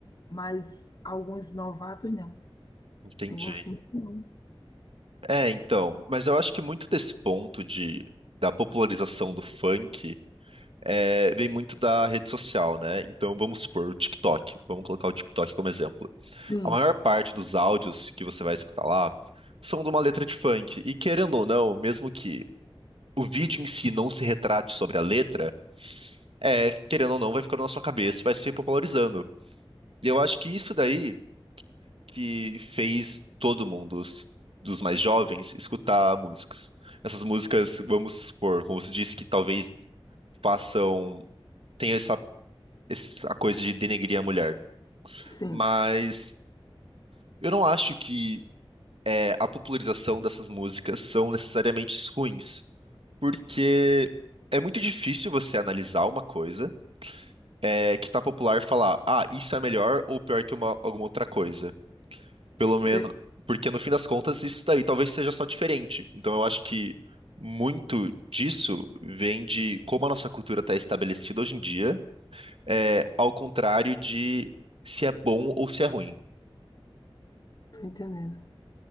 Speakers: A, on the left (about 45°); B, on the right (about 75°).
A: mas alguns novatos não.
B: entendi.
A: Não gosto muito, não.
B: É, então, mas eu acho que muito desse ponto de da popularização do funk é, vem muito da rede social, né? Então vamos supor o TikTok. Vamos colocar o TikTok como exemplo.
A: Sim,
B: A maior parte dos áudios que você vai escutar lá são de uma letra de funk. E querendo ou não, mesmo que o vídeo em si não se retrate sobre a letra, é, querendo ou não, vai ficando na sua cabeça e vai se popularizando. E eu acho que isso daí que fez todo mundo, os- dos mais jovens, escutar músicas. Essas músicas, vamos supor, como você disse, que talvez façam, tenha essa essa coisa de denegrir a mulher.
A: sim.
B: Mas eu não acho que é, a popularização dessas músicas são necessariamente ruins, porque é muito difícil você analisar uma coisa é, que tá popular e falar, ah, isso é melhor ou pior que uma- alguma outra coisa. Pelo
A: Você
B: menos, porque no fim das contas isso daí talvez seja só diferente. Então eu acho que muito disso vem de como a nossa cultura está estabelecida hoje em dia, é, ao contrário de se é bom ou se é ruim.
A: tá entendendo.